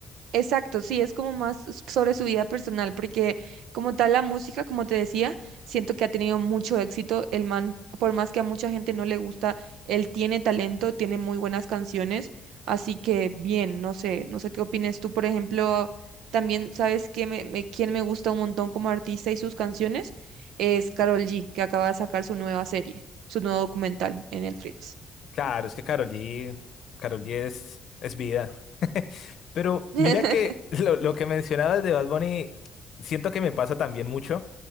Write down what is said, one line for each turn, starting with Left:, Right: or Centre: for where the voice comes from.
Right: Exacto, sí, es como más s- sobre su vida personal, porque como tal la música, como te decía, siento que ha tenido mucho éxito. El man, por más que a mucha gente no le gusta, él tiene talento, tiene muy buenas canciones, así que bien, no sé, no sé qué opines tú, por ejemplo, también sabes que me, me- quién me gusta un montón como artista y sus canciones es Karol G, que acaba de sacar su nueva serie, su nuevo documental en Netflix.
Left: Claro, es que Karol G, Karol G es, es vida. <laughs> Pero
Right: <laughs>
Left: mira que <laughs> lo, lo que mencionabas de Bad Bunny, siento que me pasa también mucho.